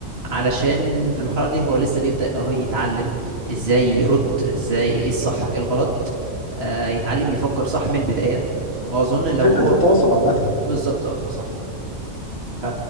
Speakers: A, on the right; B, on the left.
A: علشان في المرحله دي هو لسه بيبدا هو يتعلم ازاي يرد ازاي ايه الصح ايه الغلط آه، يتعلم يفكر صح من البدايه واظن لو
B: فكرة
A: صح هو
B: التواصل عامة
A: بالظبط آه، صح ف-